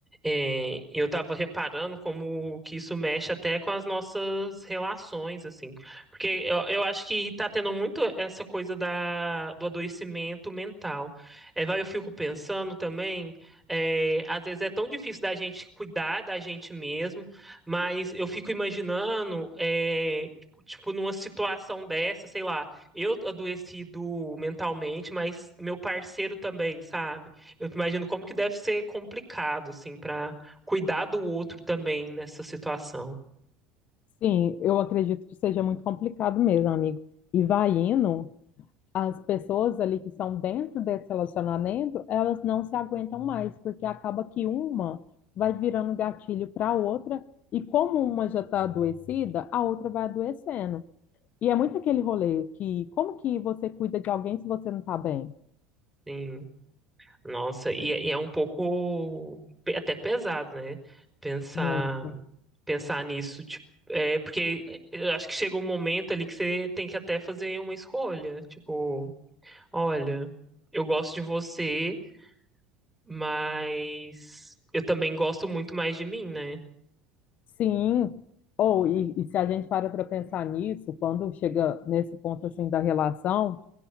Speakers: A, in the centre; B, on the left.
A: É, eu tava reparando como que isso mexe até com as nossas relações, assim. Porque eu, eu acho que tá tendo muito essa coisa da, do adoecimento mental. É, vai, eu fico pensando também, é, às vezes é tão difícil da gente cuidar da gente mesmo, mas eu fico imaginando, é, tipo, tipo, numa situação dessa, sei lá, eu adoecido mentalmente, mas meu parceiro também, sabe? Eu imagino como que deve ser complicado, assim, para cuidar do outro também nessa situação.
B: Sim, eu acredito que seja muito complicado mesmo, amigo. E vai indo. as pessoas ali que estão dentro desse relacionamento, elas não se aguentam mais, porque acaba que uma vai virando gatilho para a outra, e como uma já está adoecida, a outra vai adoecendo. E é muito aquele rolê que como que você cuida de alguém se você não está bem?
A: Sim, nossa, e, é- e é um pouco pe- até pesado, né? Pensar,
B: Muito.
A: pensar nisso, tipo, é porque é, eu acho que chega um momento ali que você tem que até fazer uma escolha, tipo, olha, eu gosto de você, mas eu também gosto muito mais de mim, né?
B: Sim. Ou e, e se a gente para para pensar nisso, quando chega nesse ponto assim da relação,